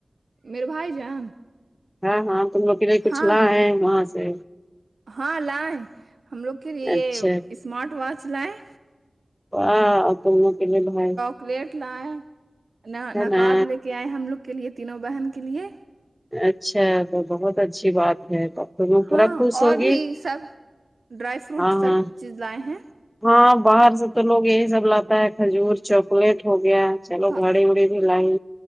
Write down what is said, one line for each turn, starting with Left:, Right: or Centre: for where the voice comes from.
Right: میرے بھائی جان
Centre: ہاں ہاں تم لوگ کے لیے کچھ
Right: ہاں
Centre: لائیں وہاں سے
Right: ہاں لائے ہم لوگ کے لیے یہ
Centre: اچھا
Right: اسمارٹ واچ لائیں
Centre: واہ تم کے لیے بہن
Right: پلیٹ لائیں نقاب
Centre: نا
Right: لے کے آئے ہم لوگ کے لیے تینوں بہن کے لیے
Centre: اچھا تو بہت اچھی بات ہے تو تم لوگ
Right: ہاں
Centre: پورا خوش
Right: اور
Centre: ہوگی
Right: بھی سب ڈرائی فروٹ
Centre: ہاں
Right: سب
Centre: ہاں
Right: چیز لائیں ہیں
Centre: ہاں باہر سے تو لوگ یہی سب لاتے ہے کھجور چوکلیٹ ہو گیا چلو
Right: ہ
Centre: گھڑی وڑی بھی لائی